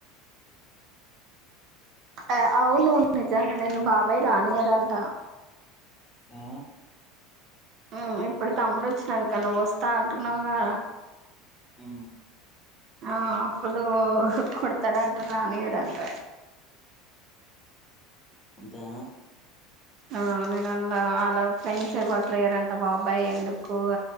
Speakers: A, on the right; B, on the left.
A: ఆ అవును నిజాంగా నిన్ను బాబాయ్ రానీయడంట
B: ఆ
A: ఉ ఇప్పుడు తమ్ముడు వచ్చినంక నువ్వు వస్తా అంటున్నవుగా
B: ఉ
A: ఆ అప్పుడు కొడతాడంట రానియడంట
B: అంతేనా
A: ఆ నేనున్న ఆల ఫ్రెండ్స్ ఎవరు లేరంట బాబాయి ఎందుకు